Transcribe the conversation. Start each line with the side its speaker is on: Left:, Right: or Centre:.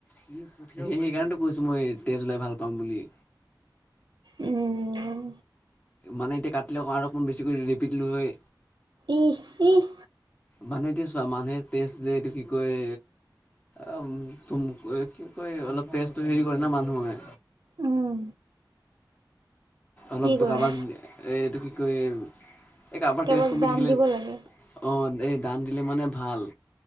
Left: সেই সেইকাৰণটো কৈছোঁ মই তেজ ওলাই ভাল পাওঁ বুলি।
Right: উম।
Left: মানে এতিয়া কাটিলেওঁ আৰু অকণমান বেছিকৈ ৰেপি দিলো হয়
Right: ইহ-ইহ।
Left: মানে এতিয়া চোৱা মানে মানুহে তেজ যে এইটো কি কয় অ' তম কি কয় অলপ তেজটো হেৰি কৰে ন' মানুহে
Right: উম
Left: অলপ
Right: কি কৰে
Left: কাৰোবাক এইটো কি কয় এই কাৰোবাৰ
Right: কাৰোবাক
Left: তেজ কমি
Right: দান
Left: থাকিলে,
Right: দিব লাগে
Left: অ' এই দান দিলে মানে ভাল।